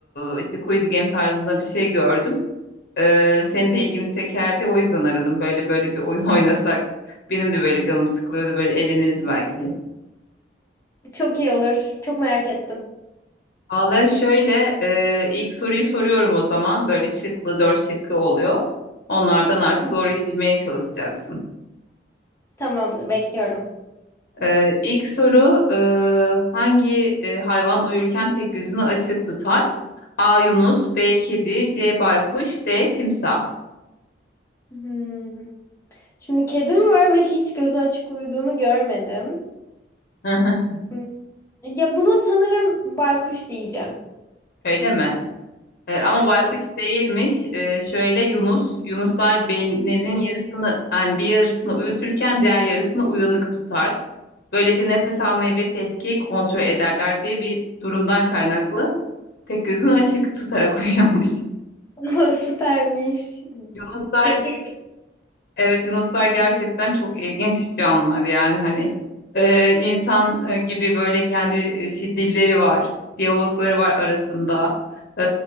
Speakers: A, on the left; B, on the left.
A: e, işte quiz game tarzında bir şey gördüm. E, senin de ilgini çekerdi, o yüzden aradım. Böyle böyle bir oyun <laughs> oynasak, benim de böyle canım sıkılıyordu, böyle eğleniriz belki.
B: Çok iyi olur. Çok merak ettim.
A: Vallahi şöyle, e, ilk soruyu soruyorum o zaman. Böyle şıklı, dört şıkkı oluyor. Onlardan artık
B: Hı,
A: doğruyu bilmeye çalışacaksın.
B: Tamamdır, bekliyorum.
A: Ee, ilk soru e, hangi e, hayvan uyurken tek gözünü açık tutar? A. Yunus, B. Kedi, C. Baykuş, D. Timsah.
B: Hmm. Şimdi kedim var ve hiç gözü açık uyuduğunu görmedim.
A: Hı hı.
B: Hmm, Ya buna sanırım baykuş diyeceğim.
A: Öyle mi? Ee, ama
B: Evet.
A: baykuş değilmiş. Ee, şöyle Yunus, Yunuslar beyinlerinin yarısını yani bir yarısını uyuturken diğer yarısını uyanık tutar. Böylece nefes almayı ve tehlikeyi kontrol ederler diye bir durumdan kaynaklı tek gözünü açık tutarak <laughs> uyuyormuş.
B: <laughs> Süpermiş.
A: Yunuslar
B: Çok iyi.
A: Evet yunuslar gerçekten çok ilginç canlılar yani hani e, insan e, gibi böyle kendi e, şey, dilleri var, diyalogları var arasında. E,